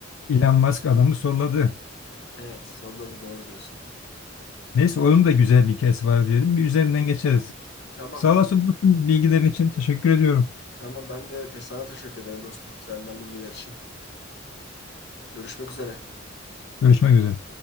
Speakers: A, on the left (about 85°); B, on the left (about 60°).
A: Elon Musk adamı solladı.
B: Evet solda da doğru diyorsun.
A: Neyse onun da güzel bir hikayesi var diyelim. Bir üzerinden geçeriz.
B: Tamam.
A: Sağ olasın dostum, bilgilerin için teşekkür ediyorum.
B: Tamam ben de te- sana teşekkür ederim dostum. Senden bilgiler için. Görüşmek üzere.
A: Görüşmek üzere.